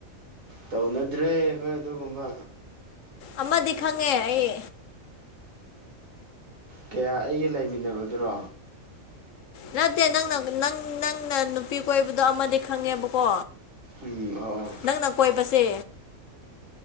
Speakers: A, on the right; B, on the left.
A: ꯇꯧꯅꯗ꯭ꯔꯦ ꯑꯩꯈꯣꯏ ꯑꯗꯨꯒꯨꯝꯕ
B: ꯑꯃꯗꯤ ꯈꯪꯉꯦ ꯑꯩ
A: ꯀꯌꯥ ꯑꯩꯒ ꯂꯩꯃꯤꯟꯅꯕꯗꯨꯔꯣ
B: ꯅꯠꯇꯦ ꯅꯪꯅ ꯅꯪ ꯅꯪꯅ ꯅꯨꯄꯤ ꯀꯣꯏꯕꯗꯣ ꯑꯃꯗꯤ ꯈꯪꯉꯦꯕꯀꯣ
A: ꯎꯝ ꯑꯣ ꯑꯣ
B: ꯅꯪꯅ ꯀꯣꯏꯕꯁꯦ